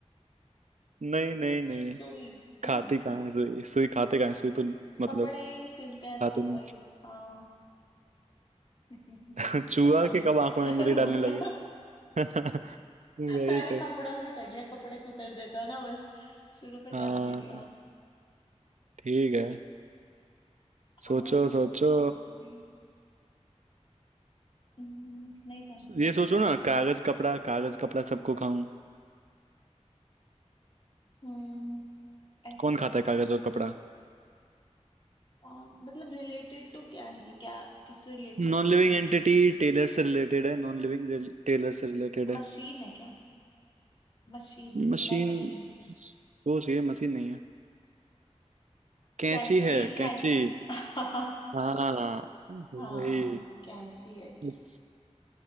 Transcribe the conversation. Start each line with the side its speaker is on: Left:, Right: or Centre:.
Right: नहीं नहीं
Left: सुई
Right: नहीं खाती
Left: नहीं
Right: कहाँ है सुई सुई खाते कहाँ है सुई तो मतलब
Left: कपड़े ही सिलते हैं
Right: खाते
Left: तो
Right: नहीं
Left: वही हाँ <laughs>
Right: <laughs> चूहा
Left: पता नहीं
Right: के कब आंखों में
Left: <laughs>
Right: उंगली डालने लगे <laughs> वही
Left: मैंने
Right: तो
Left: कपड़ों से कर लिया कपड़े कुतर देता ना बस शुरू में
Right: हाँ
Left: ध्यान नहीं दिया
Right: ठीक है सोचो
Left: आंख
Right: सोचो
Left: में उल्टी हम्म, नहीं सम
Right: ये
Left: नहीं
Right: सोचो
Left: पता
Right: ना कागज कपड़ा कागज कपड़ा सबको खाऊं
Left: हम्म ऐसा
Right: कौन
Left: क्या
Right: खाता
Left: होता
Right: है कागज
Left: है
Right: और कपड़ा
Left: और मतलब रिलेटेड टू क्या है ये? क्या किससे रिलेट
Right: नॉन
Left: कर सकती
Right: लिविंग
Left: हूँ
Right: एंटिटी
Left: मैं इसको
Right: टेलर से रिलेटेड है नॉन लिविंग टेलर से रिलेटेड है
Left: मशीन है क्या मशीन
Right: मशीन
Left: सिलाई मशीन
Right: सोच ये मशीन नहीं है कैंची
Left: कैंची
Right: है कैंची
Left: कैंची <laughs>
Right: हाँ वही
Left: हाँ कैंची है कैंची
Right: उस-